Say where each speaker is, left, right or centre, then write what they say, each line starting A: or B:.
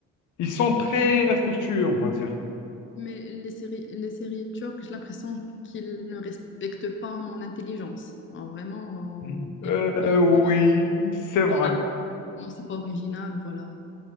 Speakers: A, on the left (about 80°); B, on the left (about 40°).
A: Ils sont très respectueux, on va dire.
B: Mais les séries, les séries turques, j'ai l'impression qu'ils ne respectent pas mon intelligence. Alors, vraiment,
A: Mm.
B: euh, il
A: Euh,
B: y en il
A: oui,
B: y en a marre.
A: c'est vrai.
B: Il Y en a marre. Non, c'est pas original, voilà.